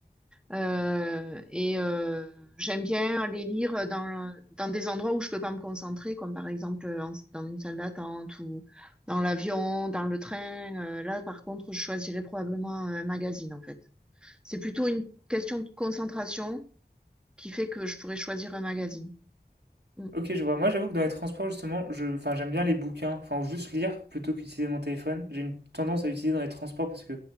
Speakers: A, in the centre; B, on the right (about 80°).
A: Euh, et euh, j'aime bien les lire dans, dans des endroits où je peux pas me concentrer, comme par exemple euh, en- dans une salle d'attente ou dans l'avion, dans le train. Euh, là, par contre, je choisirais probablement un magazine, en fait. C'est plutôt une question de concentration qui fait que je pourrais choisir un magazine. Mm.
B: Ok, je vois. Moi, j'avoue que dans les transports, justement, je... enfin, j'aime bien les bouquins, enfin, ou juste lire plutôt qu'utiliser mon téléphone. J'ai une tendance à utiliser dans les transports parce que